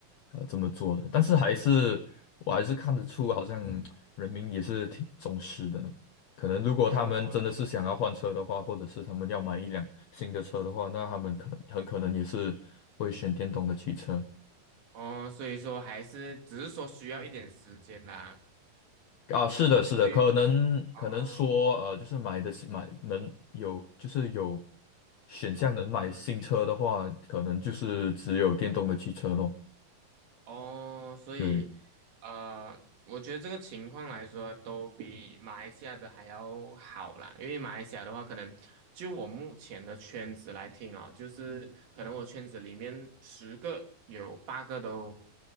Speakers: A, on the left; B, on the right.
A: 呃这么做的，但是还是我还是看得出，好像人民也是挺重视的。可能如果他们真的是想要换车的话，
B: 哦
A: 或者是他们要买一辆新的车的话，那他们可能很可能也是会选电动的汽车。
B: 哦，所以说还是只是说需要一点时间啦。
A: 啊，是的，是的，
B: 对，
A: 可能可能说，
B: 于哦，
A: 呃，就是买的是买能有，就是有选项能买新车的话，
B: 嗯。
A: 可能就是只有电动的汽车咯。
B: 哦，所以，
A: 对
B: 呃，我觉得这个情况来说，都比马来西亚的还要好啦。因为马来西亚的话，可能就我目前的圈子来听哦，就是可能我圈子里面十个有八个都